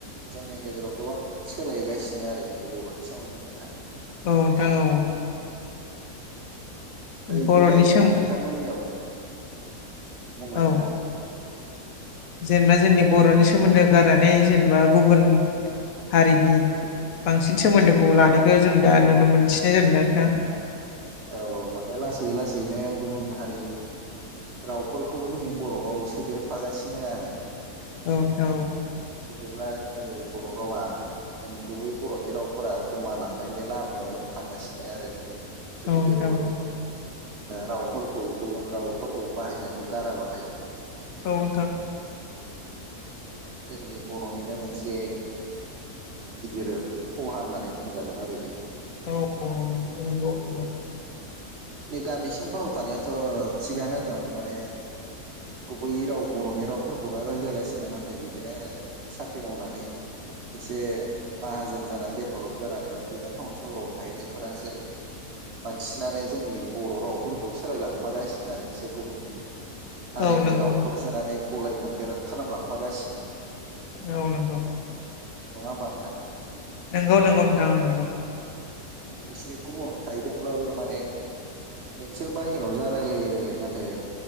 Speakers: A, on the right; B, on the left.
A: जोंनि गेजेराव गोबां सोलायगासिनो आरो जोंनि बर'नि सोमोन्दोफोरा
B: औ नोंथां औ
A: बैदिनो
B: बर'नि सोम
A: नोंथांमोननियाव बुंलाय
B: औ
A: नोंथां
B: जेनेबा जोंनि बर'नि सोमोन्दो गारनानै जेनेबा गुबुन हारिनि बांसिन सोमोन्दोखौ लानायखौ जों दा नुनो मोनसिननाय जादों ना नोंथां
A: औ औ माने लासै लासैनो गुबुन हारिनि रावफोरखौ जोंनि बर' राव सोदेरफागासिनो आरो
B: औ नोंथां औ
A: बिदिब्ला जोंनि बर' रावा जोंनि गुबै बर'नि रावफोरा गोमालांनायनि लामायाव थांगासिनो आरो जों जुदि
B: नोंथां
A: बेफोर
B: औ
A: रावफोरखौ गुबुन रावफोरखौ बाहायनायखौ गाराबाथाय
B: औ नोंथां
A: जोंनि बर'निनो मोनसे गिदिर खहा होननानै बुंजागोन आरो बेयो
B: औ औ नंगौ नंगौ
A: गामिसिंफोराव थानायाथ' थिगानो दं माने गुबैयै राव बर'नि रावफोरखौनो रायज्लायगासिनो ना नाथाय बिदिनो साख्रि मावनानै एसे माहाजोन जानानै डेभेलप जानानै बिदिनो टाउन सहराव थाहैनायफोरासो बांसिनानो जोंनि बर' रावफोरखौ सोलायलांफागासिनो आरो एसे गुबुन हारिनि
B: औ नंगौ
A: रावफोर सोनानै गलाय मोनदेर खालामलांफागासिनो
B: औ नंगौ
A: नङा होमबा नोंथां
B: नंगौ नंगौ नोंथां नंगौ
A: माने बिसोरोखौ गुबुनाव थाहदोंब्लाबो माने नोंसोर बाहेरायाव जा रायलायो रायलाय नाथाय